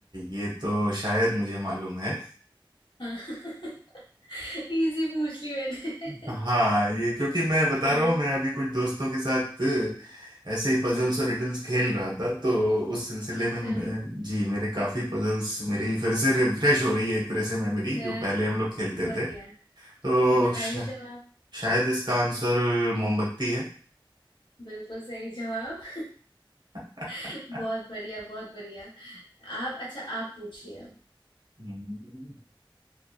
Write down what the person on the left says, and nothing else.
हाँ <laughs> इजी पूछ ली मैंने
हाँ
हाँ
अच्छा
हाँ,
बढ़िया
तो बताइए
जवाब
बिल्कुल सही जवाब
<laughs> बहुत बढ़िया बहुत बढ़िया आप अच्छा आप पूछिए अब